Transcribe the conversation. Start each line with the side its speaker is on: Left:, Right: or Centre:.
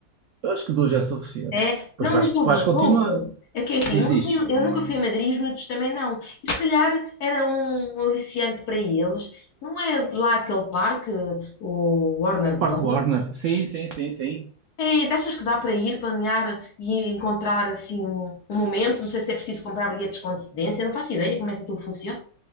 Right: eu acho que duas é suficiente.
Left: É,
Right: Pois
Left: não,
Right: vais,
Left: mas houve,
Right: vais continuar.
Left: houve. É que é assim,
Right: Diz,
Left: eu nunca
Right: diz.
Left: fui, eu nunca fui a Madrid, os miúdos também não. E se calhar era um aliciante para eles. Não é lá aquele parque, o Warner Bros.
Right: Park Warner. Sim, sim, sim, sim.
Left: É, dessas que dá para ir, planear e encontrar assim um, um momento. Não sei se é preciso comprar bilhetes com antecedência, não faço ideia como é que aquilo funciona.